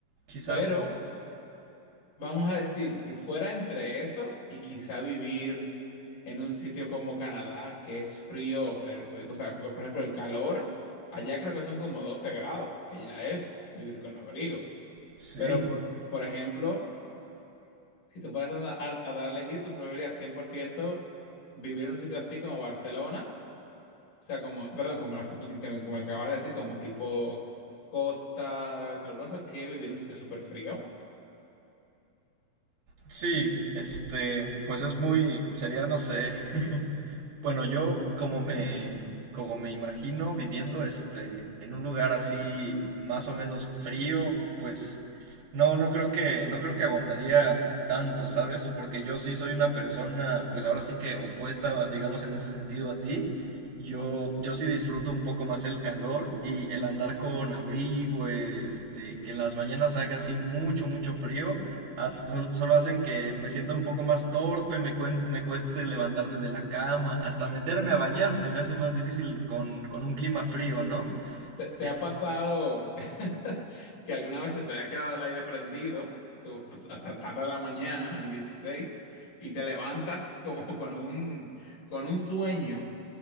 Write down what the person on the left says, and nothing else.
pero Vamos a decir, si fuera entre eso y quizá vivir en un sitio como Canadá, que es frío perpetuo, o sea, por ejemplo, el calor, allá creo que son como 12 grados, que ya es vivir con abrigo.
Pero, por, por ejemplo, si te fueras a, a- a dar a elegir, tú preferirías 100% vivir en un sitio así como Barcelona, o sea, como, perdón, como, <laughs> literalmente, como acabas de decir, como tipo costa calurosa, que vivir en un sitio súper frío.
¿Te, te
ha pasado <laughs> que alguna vez se te ha quedado el aire prendido so- pues, hasta tarde de la mañana, en dieciséis y te levantas como con un, con un sueño